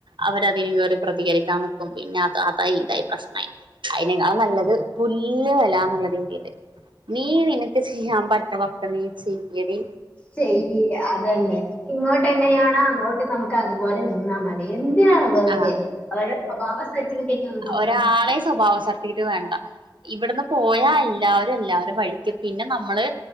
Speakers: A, on the right (about 85°); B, on the left (about 20°).
A: അവരെ ഇനി ഇവര് പ്രതികരിക്കാംന്ന് പിന്നെ അത് അതായി ഇതായി പ്രശ്നായി അയ്നെക്കാളും നല്ലത് പുല്ലുവില എന്നുള്ള രീതിയില് നീ നിനക്ക് ചെയ്യാൻ പറ്റതൊക്കെ നീ ചെയ്യടി
B: ചെയ്യ് അതല്ലെ ഇങ്ങോട്ട് എങ്ങനെയാണോ അങ്ങോട്ട് നമുക്ക് അതുപോലെ നിന്നാൽ മതി എന്ത് എന്തിനാണ് വെറുതെ
A: ആഹ്
B: അവരുടെ സ്വഭാവ സർട്ടിഫിക്കറ്റ് ഒന്നും നമുക്ക്
A: ഒരാളെ
B: വേണ്ടാല്ലോ
A: സ്വഭാവ സർട്ടിഫിക്കറ്റ് വേണ്ട ഇവിടന്ന് പോയല്ലാ എല്ലാവരും എല്ലാവരെ വഴിക്കും പിന്നെ നമ്മള്